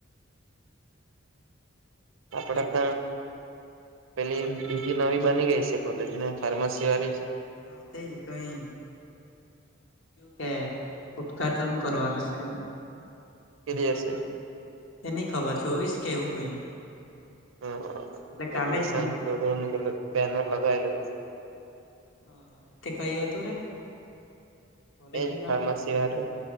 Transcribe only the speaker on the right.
આપડ ત પેલી બીજી નવી બની ગઈ છે કોલેજને ફાર્મસી વાળી
કેરીશે.
હ
અડમિશન
બનર લગાવેલું હતું.
એ
ફાર્માસી હતું